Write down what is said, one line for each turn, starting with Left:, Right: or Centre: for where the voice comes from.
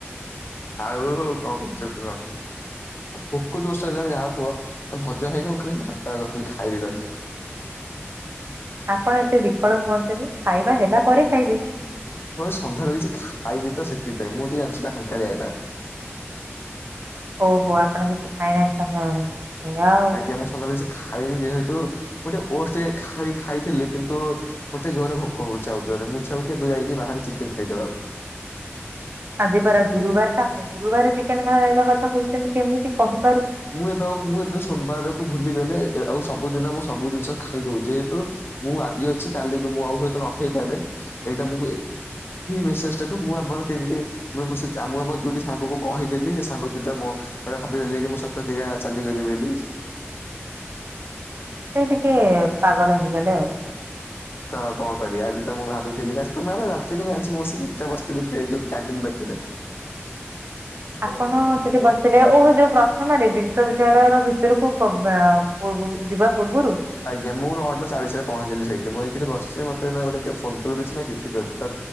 Left: ଆଉ କଣ କହୁଛ କୁହ?
Right: ହ।
Left: ଭୋକ ଜୋରସେ ହେଲାଣି ଯାହା କୁହ ଭଜା ହେଇକି ମୁଁ ଖାଲି ଭାତ ଖାଇଦେବୀ।
Right: ଆପଣ ଏତେ ବିକଳ ହୁଅନ୍ତୁନି ଖାଇବା ହେଲା ପରେ ଖାଇବେ
Left: ମୁଁ ସନ୍ଧ୍ୟାବେଳେ କିଛି ଖାଇନି ତ ସେଥିପାଇଁ ମୁଁ ଟିକେ ଅଚୋଲ ରେ ହାଲୁକାଟା
Right: ଓହୋ ଆପଣ କିଛି ଖାଇନାହାନ୍ତି ସନ୍ଧ୍ୟାବେଳେ। ସେଇଆ ଆଉ।
Left: ଆଜ୍ଞା ମୁଁ ସନ୍ଧ୍ୟାବେଳେ ଖାଇନି ଯେହେତୁ ଗୋଟେ ଓଷ୍ଟ ଖାଇ ଖାଇଥିଲି କିନ୍ତୁ ମତେ ଜୋରରେ ଭୋକ ହଉଛି ଆଉ ଥରେ ମୋର ଇଚ୍ଛା ହୋଉଛି ଏବେ ଯାଇକି ବାହାରୁ ଚିକେନ ଖାଇଦବାକୁ
Right: ଏ ଆଜି ପରା ଗୁରୁବାର ଟା ଆପଣ ଗୁରୁବାର ଚିକେନ ଖାଇବା କଥା କୋହୁଛନ୍ତି କେମିତି କହିବି?
Left: ମୁଁ ଏବେ ଆଉ ମୁଁ ଏବେ ସୋମବାରକୁ ଭୁଲିଗଲେ ଆଉ ସବୁଦିନ ମୁଁ ସବୁ ଜିନିଷ ଖାଇଦୋଉଛି ଯେହେତୁ ମୁଁ ଆଜି ଅଛି କାଲି କି ମୁଁ ଆଉ ହୁଏତ ନ ଖାଇପାରେ ଏଇଟା ମୁ ମେସେଜ ଟାକୁ ମୁଁ ଆମର ତିନ ମୁ ଆମ ଦୁଇଟି ସାଙ୍ଗକୁ ପାଖକୁ କହିଥିଲି ସେ ସାଙ୍ଗ ଦିଇଟା ମୋ ଭାବିଦେଲେ କି ମୁଁ ସତରେ ଚାଲିଗଲି ବୋଲି
Right: ସେଇ ଟିକେ ପାଗଳ ହେଇଗଲେ ଆଉ।
Left: ତ କଣ କରିବା ଆଜି ତ ମୁଁ ଭାବିଥିଲି କି ଆଜି ମୁଁ ସେ ଏକା ବସିଥିଲି ଯୋଉ କ୍ୟାଣ୍ଟିନ ପାଖରେ ପାଖରେ
Right: ହ ଆପଣ ସେଠି ବସିିଲେ ଓହ ଯୋଉ ପ୍ରଥମ ରେ ବିଶ୍ଵବିଦ୍ୟାଳୟ ର ଭିତରକୁ ପ୍ରବେଶ ଯିବା ପୂର୍ବରୁ
Left: ଆଜ୍ଞା ମୁଁ ନଅ ଟା ଚାଳିଶରେ ପହଞ୍ଚିଥିଲି ସେଇଠ ମୁଁ ଏଇଠି ବସିଛି ମତେ ଗୋଟେ ଫୋନ କଲ୍ କରିଛି ନା କିଛି ଅଛି।